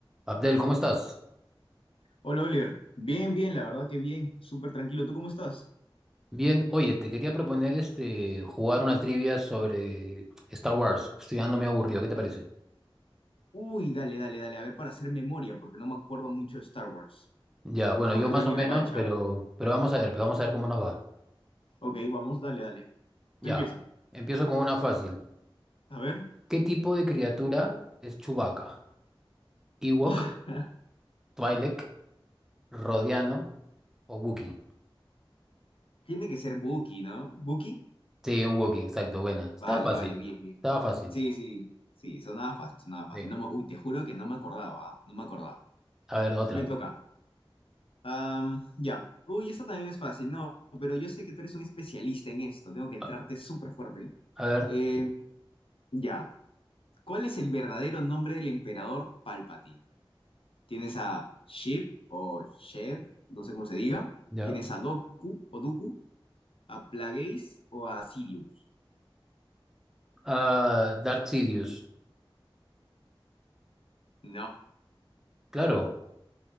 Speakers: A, in the centre; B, on the left (about 75°).
A: Abdel, ¿cómo estás?
B: Hola Oliver, bien, bien, la verdad que bien, súper tranquilo. ¿Tú cómo estás?
A: Bien, oye, te quería proponer este jugar una trivia sobre Star Wars. Estoy ando medio aburrido, ¿qué te parece?
B: Uy, dale, dale, dale, a ver para hacer memoria, porque no me acuerdo mucho de Star Wars.
A: Ya, bueno,
B: Aparte
A: yo más
B: quiero
A: o
B: mi
A: menos,
B: Ah, bueno. revancha.
A: pero, pero vamos a ver, pues vamos a ver cómo nos va.
B: Ok, vamos, dale, dale.
A: Ya,
B: Tú empieza.
A: empiezo con una fácil.
B: A ver.
A: ¿Qué tipo de criatura es Chewbacca? ¿Ewok,
B: <laughs>
A: Twi'lek, Rodiano o Wookiee?
B: Tiene que ser Buki, ¿no? ¿Buki?
A: Sí, un Wookiee, exacto, buena. Estaba
B: Vale,
A: fácil,
B: vale, bien, bien.
A: estaba fácil.
B: Sí, sí, sí, sonaba fácil, sonaba fácil.
A: Bien.
B: No me- uy, te juro que no me acordaba, ¿ah? No me acordaba.
A: A ver, otra.
B: Me toca. Am, ya. Uy, esta también es fácil, no, pero yo sé que tú eres un especialista en esto. Tengo que entrarte
A: A,
B: súper fuerte.
A: a ver,
B: Eh, ya. ¿Cuál es el verdadero nombre del emperador Palpatine? ¿Tienes a Sheev o Sheev, no sé cómo se diga?
A: ya.
B: ¿Tienes a Doku o Dooku, a Plagueis o a Sidious?
A: Ah, Darth Sidious,
B: No,
A: claro.